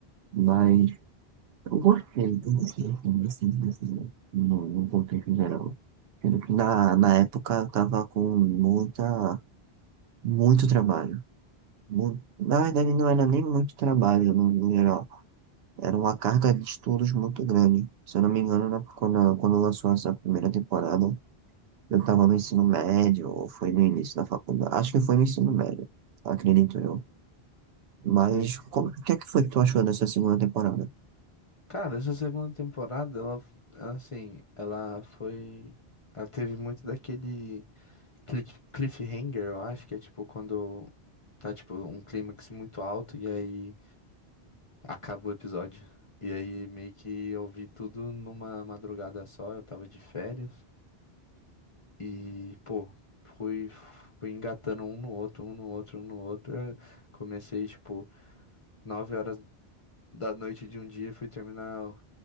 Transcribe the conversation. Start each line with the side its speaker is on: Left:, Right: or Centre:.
Right: mas eu gostei, eu gostei assim, desse, desse, no, no contexto geral. Sendo que na, na época eu tava com muita, muito trabalho. Muito, na verdade não era nem muito trabalho no, no geral, era uma carga de estudos muito grande. Se eu não me engano, na- quando, quando lançou essa primeira temporada, eu tava no ensino médio, ou foi no início da faculdade, acho que foi no ensino médio, acredito eu. Mas
Left: Sei.
Right: como- o que é que foi que tu achou dessa segunda temporada?
Left: Cara, essa segunda temporada, ela, ela, assim, ela foi. Ela teve muito daquele cliff- cliffhanger, eu acho, que é tipo quando tá, tipo, um clímax muito alto e aí acaba o episódio. E aí meio que eu vi tudo numa madrugada só, eu tava de férias. E, pô, fui, fui engatando um no outro, um no outro, um no outro. Eu comecei, tipo, 9 horas da noite de um dia e fui terminar